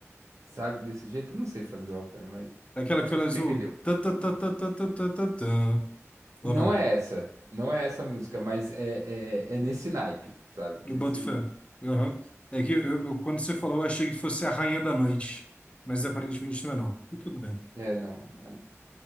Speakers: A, on the right; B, on the left.
A: sabe, desse jeito. Eu não sei fazer ópera, mas
B: Aquela
A: é,
B: que fala
A: acho
B: azul.
A: que você entendeu.
B: Tã, tã, tã, tã, tã, tã, tã, tã, tã. Ou
A: Não
B: não?
A: é essa, não é essa música, mas é, é, é nesse naipe, sabe? Nesse.
B: Eu boto fé. Aham. É que eu, eu- quando você falou, eu achei que fosse a Rainha da Noite. Mas aparentemente não é, não. E Tudo bem.
A: É, não. é, não.